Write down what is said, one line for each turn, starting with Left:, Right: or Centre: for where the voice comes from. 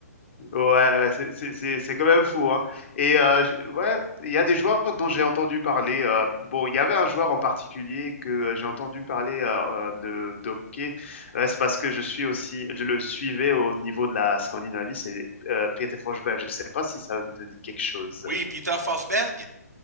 Left: Ouais, ouais, c'est c'est c'est c'est quand même fou, hein et heu, je ouais, il y a des joueurs dont j'ai entendu parler, hem, bon, il y avait un joueur en particulier que, heu, j'ai entendu parler, heu, hem, de d'hockey. Heu, c'est parce que je suis aussi je le suivais au niveau de la Scandinavie, c'est, heu, Peter Forsberg. Je sais pas si ça te dit quelque chose?
Right: Oui, Peter Forsberg,